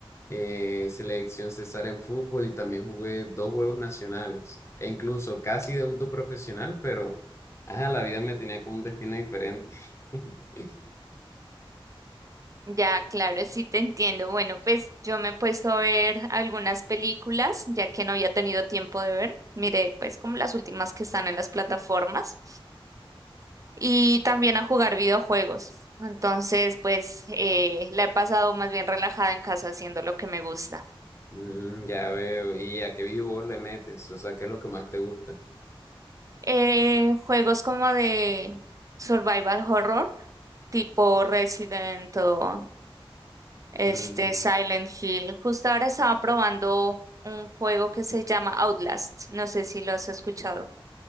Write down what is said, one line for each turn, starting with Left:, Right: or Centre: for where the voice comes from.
Left: eh, selección César en fútbol y también jugué dos juegos nacionales. E incluso casi debuto profesional, pero ajá, la vida me tenía como un destino diferente. <laughs>
Right: Ya, claro, sí te entiendo. Bueno, pues yo me he puesto a ver algunas películas, ya que no había tenido tiempo de ver. Miré, pues como las últimas que están en las plataformas. y también a jugar videojuegos. Entonces, pues eh, la he pasado más bien relajada en casa haciendo lo que me gusta.
Left: Mm, ya veo. ¿Y a qué videojuego le metes? O sea, ¿qué es lo que más te gusta?
Right: Eh, juegos como de survival horror, tipo Resident o este
Left: Mm,
Right: Silent Hill. Justo ahora estaba probando un juego que se llama Outlast. No sé si lo has escuchado.